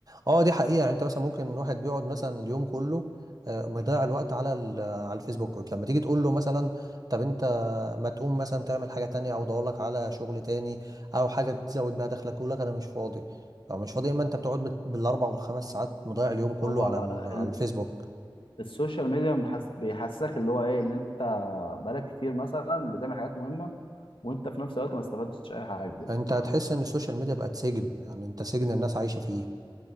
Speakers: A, on the right (about 45°); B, on the left (about 75°).
A: اه دي حقيقة يعني انت مثلا ممكن واحد بيقعد مثلا اليوم كله آه، مضيع الوقت على ال- على الفيسبوك لما تيجي تقول له مثلا طب انت ما تقوم مثلا تعمل حاجة تانية او دور لك على شغل تاني او حاجة تزود بيها دخلك يقول لك انا مش فاضي لو مش فاضي اما انت بتقعد بت- بالاربع والخمس ساعات مضيع اليوم كله
B: هو
A: على ال- على
B: ال-
A: الفيسبوك
B: السوشيال ميديا محس- بيحسسك اللي هو ايه ان انت بقالك كتير مثلا بتعمل حاجات مهمه وانت في نفس الوقت ما استفدتش اي حاجه
A: انت هتحس
B: آه،
A: ان السوشيال ميديا بقت سجن يعني انت سجن الناس عايشة فيه